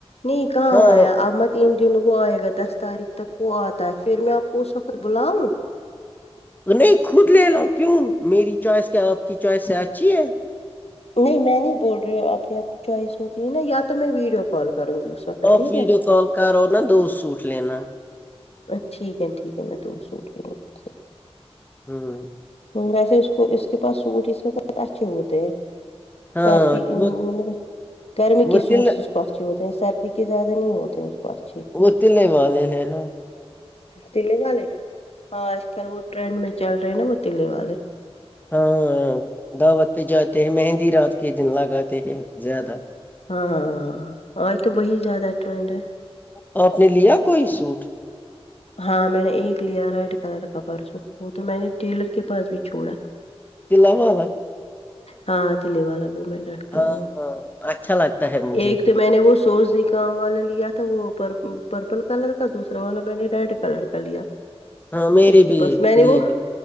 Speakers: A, on the left; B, on the left.
A: نہیں کہاں
B: ہاں
A: آیا اب مت ان دنوں وہ آئے گا دس تاریخ تک وہ آتا ہے پھر میں آپ کو اس وقت ک بلاؤ
B: نہیں خود لے لو کیوں میری چوائس کیا آپ کی چوائس سے اچھی ہے
A: نہیں میں نہیں بول رہی ہوں اپنی آپ کی چوائس ہوتی ہے نا یا تو میں ویڈیو کال کروں گی اس وقت
B: آف
A: ٹھیک
B: ویڈیو
A: ہے
B: کال کرو نا دو سوٹ لینا
A: ا ٹھیک ہے ٹھیک ہے میں تو سوٹ لوں گی سے
B: ہوں
A: ویسے اس کو اس کے پاس سوٹ اس وقت اچھے ہوتے ہیں
B: ہاں
A: سردی مطلب
B: وہ
A: گرمی کے
B: وہ
A: سوٹ
B: تل
A: سے اس کو اچھے ہوتے ہیں سردی کے زیادہ نہیں ہوتی اس کو اچھی
B: وہ تلے والے لینا
A: تلے والے ہاں آج کل وہ ٹرینڈ میں چل رہے ہیں نا وہ تلے والے
B: ہاں دعوت پہ جاتے ہیں مہندی رات کے دن لگاتے ہیں زیادہ
A: ہاں ہاں ہاں اور تو وہی زیادہ ٹرینڈ ہے
B: اور اپپ نے لیا کوئی سوٹ
A: ہاں میں نے ایک لیا ریڈ کلر کا پرسوں وہ تو میں نے ٹیلر کے پاس بھی چھوڑا
B: تلے والا
A: ہاں چے والا وہ میں نے رکھا
B: ہاں
A: ہے وہ
B: ہاں اچھا لگتا ہے مجھے
A: ایک تو میں نے وہ سوز نکام والا لیا تھا وہ پر پرپل کلر کا دوسرا والا میں نے ریڈ کلر کا لیا
B: ہاں میرے
A: اس
B: بھی
A: کے پاس میں نے
B: لیے
A: وہ
B: بھی